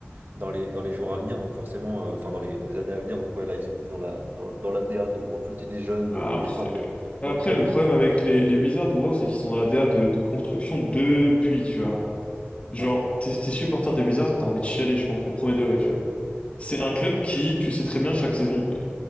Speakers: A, on the right; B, on the left.
A: dans les, dans les jours à venir, donc forcément, euh, enfin, dans les, dans les années à venir. Donc, ouais, là, ils sont plus dans la, dans, dans la l'ADA de recruter des jeunes,
B: Après,
A: de, de les former
B: après,
A: dans le club.
B: le problème
A: Et
B: avec les, les Wizards, gros, c'est qu'ils sont dans la DA de, de construction depuis, tu vois. Genre,
A: ouais.
B: t'es t'es supporter des Wizards, t'as envie de chialer, je pense, mais premier degré, tu vois. C'est un club qui, tu sais très bien, chaque saison. euh,